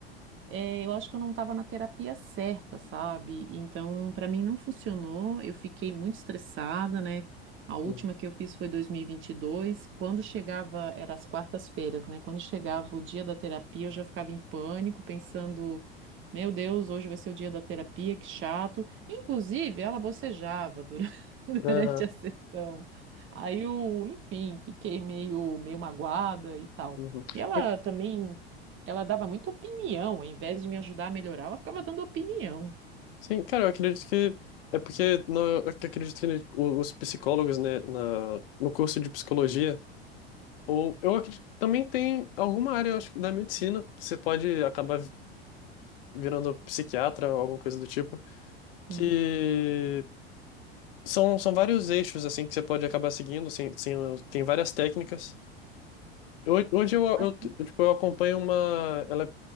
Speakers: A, on the right; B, on the left.
A: é, eu acho que eu não estava na terapia certa, sabe? Então, para mim não funcionou. Eu fiquei muito estressada, né? A última
B: Uhum.
A: que eu fiz foi dois mil e e vinte e dois. Quando chegava, era as quartas-feiras, né? Quando chegava o dia da terapia, eu já ficava em pânico, pensando: meu Deus, hoje vai ser o dia da terapia, que chato. Inclusive, ela bocejava durante, <laughs> durante
B: Aham,
A: a sessão. Aí eu, enfim, fiquei meio, meio magoada e tal.
B: uhum.
A: E ela
B: Eu-
A: também. Ela dava muita opinião, ao invés de me ajudar a melhorar, ela ficava dando opinião.
B: sim, cara, eu acredito que é porque no, eu acredito que o- os psicólogos, né, na, no curso de psicologia, ou eu acredito, também tem alguma área, eu acho que da medicina, que você pode acabar virando psiquiatra ou alguma coisa do tipo. que
A: Uhum.
B: são, são vários eixos assim que você pode acabar seguindo, sem, sem, tem várias técnicas. Eu- Hoje eu,
A: Ah,
B: eu,
A: sim.
B: tipo, eu acompanho uma, ela é